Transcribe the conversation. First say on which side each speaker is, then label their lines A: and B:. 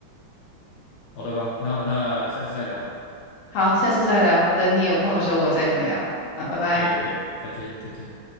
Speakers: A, on the left (about 75°); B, on the left (about 55°).
A: 好的吧，那那下次再聊吧，
B: 好，下次再聊，等你有空的时候我再跟你聊。
A: 下次再聊，
B: 好，拜拜。
A: 可以可以，可以再见再见。